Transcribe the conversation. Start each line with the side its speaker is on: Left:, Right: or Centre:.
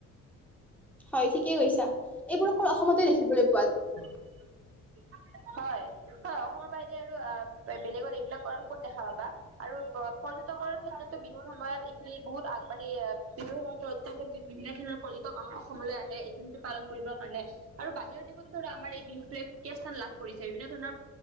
Centre: হয় ঠিকেই কৈছা এইবোৰ অকল অসমতে দেখিবলৈ পোৱা যায়।
Right: হয় হয় অসমৰ বাহিদ আৰু আহ বেলেগত এইবিলাক কৰা ক'ত দেখা পাবা আৰু পৰ্যটকৰ ক্ষেত্ৰতো বিহুৰ সময়ত এইখিনি বহুত আগবাঢ়ি আহ বিহুৰ সময়ত পৰ্যটক বিভিন্ন ধৰণৰ পৰ্যটক আমাৰ অসমলৈ আছে। এই বিহুতটো পালন কৰিবৰ কাৰণে আৰু বাহিৰৰ দেশতো ধৰা আমাৰ এই বিহুটোৱে সুকীয়া স্থান লাভ কৰিছে বিভিন্ন ধৰণৰ